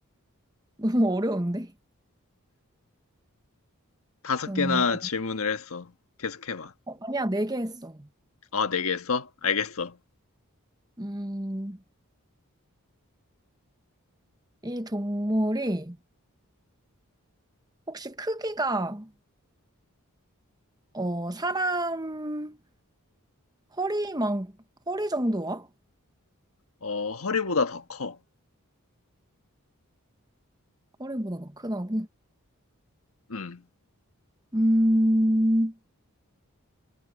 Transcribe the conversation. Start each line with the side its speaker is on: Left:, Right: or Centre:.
Right: <laughs> 너무 어려운데?
Left: 다섯
Right: 음,
Left: 개나 질문을 했어. 계속해봐.
Right: 어, 아니야, 네 개 했어.
Left: 아, 네 개 했어? 알겠어.
Right: 음, 이 동물이 혹시 크기가 어 사람 허리만 허리 정도와
Left: 어, 허리보다 더 커.
Right: 허리보다 더 크다고?
Left: 음.
Right: 음,